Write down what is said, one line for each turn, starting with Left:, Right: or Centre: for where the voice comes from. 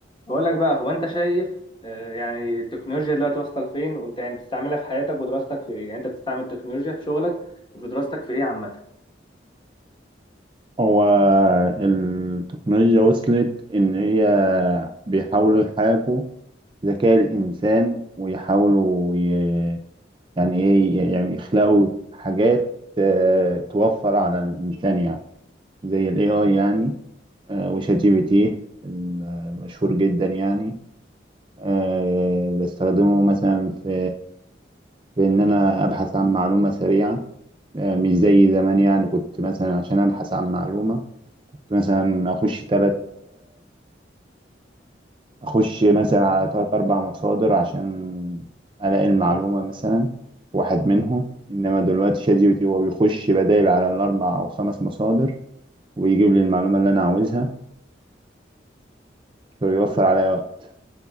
Left: بقول لك بقى هو انت شايف آه، يعني التكنولوجيا دلوقتي واصله لفين وانت يعني بتستعملها في حياتك ودراستك في ايه يعني انت بتستعمل التكنولوجيا في شغلك وفي دراستك في ايه عامه
Right: هو التقنية وصلت إن هي بيحاولوا يحاكوا ذكاء الإنسان ويحاولوا ي... يعني إيه يعني يخلقوا حاجات آه، توفر على الإنسان يعني زي ال AI يعني آه، وشات جي بي تي المشهور جدا يعني آه، بستخدمه مثلا في في إن أنا أبحث عن معلومة سريعة آه، مش زي زمان يعني كنت مثلا عشان أبحث عن معلومة كنت مثلا اخش ثلاث اخش مثلا على ثلاث اربع مصادر عشان الاقي المعلومه مثلا في واحد منهم انما دلوقتي شات جي بي تي هو بيخش بدائل على الاربع او خمس مصادر ويجيب لي المعلومه اللي انا عاوزها فبيوفر عليا وقت